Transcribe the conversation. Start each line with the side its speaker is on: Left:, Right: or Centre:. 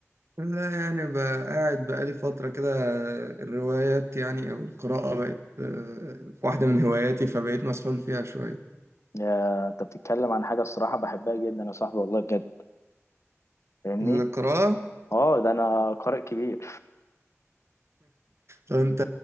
Right: لا يعني بقى قاعد بقالي فتره كده آه، الروايات يعني او القراءه بقت آه، واحده من هواياتي فبقيت مسحول فيها شويه
Left: يا انت بتتكلم عن حاجة الصراحة بحبها جدا يا صاحبي والله بجد فاهمني؟
Right: القراءه
Left: اه ده انا قارئ كبير
Right: طب انت